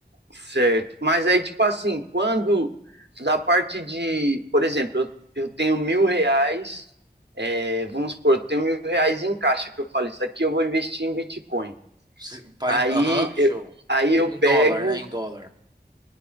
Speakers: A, on the right; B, on the right.
A: Certo. Mas aí, tipo assim, quando da parte de, por exemplo, eu, eu tenho mil reais, é, vamos supor, eu tenho mil reais em caixa, que eu falo, isso aqui eu vou investir em Bitcoin.
B: Se- pra
A: Aí
B: em- Aham, show.
A: eu, aí eu
B: Em
A: pego
B: dólar, né? Em dólar.